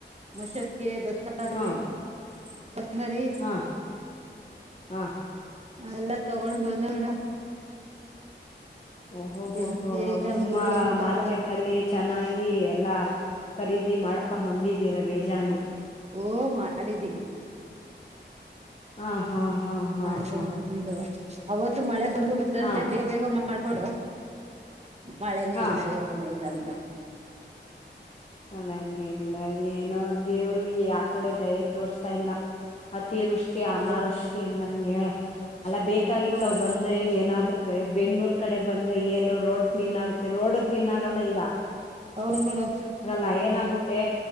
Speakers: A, on the right (about 35°); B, on the left (about 35°).
A: ಮಶಕ್ ಗೆ ಬಸರ್ಗೆ
B: ಹಾ
A: ಕೊತ್ತಮರಿ
B: ಹಾ ಹಾ
A: ಎಲ್ಲ ತಗೊಂಡ್ ಬಂದ ಮೇಡಮ್
B: ಓಹೋ ಹೋ
A: ದಿನಸಿ
B: ಹೋ
A: ಐಟಮ್ಗಳು
B: ತುಂಬಾ
A: ಒಂದ್ ಸ್ವಲ್ಪ
B: ಮಾರ್ಕೆಟ್ ಅಲ್ಲಿ ಚೆನ್ನಾಗಿ ಎಲ್ಲಾ ಖರೀದಿ ಮಾಡ್ಕೊ ಬಂದಿದೀರ ಬೇಜಾನು.
A: ಓ ಮಾಡಿದೀವ್.
B: ಹಾ ಹಾ ಹಾ ಹಾ
A: ಮಾಡ್ಕೊಂಬಂದು
B: ಹಾ
A: ಅವತ್ತು ಮಳೆ ಬಂದ್ಬಿಡುತ್ತ
B: ಹಾ
A: ಅಂತ ಬೇ ಬೇಗ ಮಾಡ್ಕೊಂಡು ಮಳೆನೇ
B: ಹಾ
A: ಇಲ್ಲ ಏನು ಇಲ್ಲ ಮೇಡಮ್.
B: ಮಳೆನೇ ಇಲ್ ಇಲ್ಲ ಏನೋ ದೇವ್ರು ಆ ಕಡೆ ದಯೆ ತೋರ್ತಾ ಇಲ್ಲ ಮ ಅತಿವೃಷ್ಟಿ
A: ಅದೇ
B: ಅನಾವೃಷ್ಟಿ
A: ಅದೇ
B: ಅನ್ನಂಗೆ ಅಲ್ಲ ಬೇಕಾಗಿತ್ತವ್
A: ಹ್ಮ್
B: ಬಂದ್ರೆ ಏನಾದ್ರು ಪ್ರಯೊ ಬೆಂಗ್ಳೂರ್ ಕಡೆ ಬಂದ್ರೆ ಏನು ರೋಡ್ ಕ್ಲೀನ್ ಆಗುತ್ತೆ ರೋಡು ಕ್ಲೀನ್ ಆಗಲ್ಲ ಈಗ.
A: ಹೌದು ಮೇಡಮ್.
B: ಲಯನ್ ಆಗುತ್ತೆ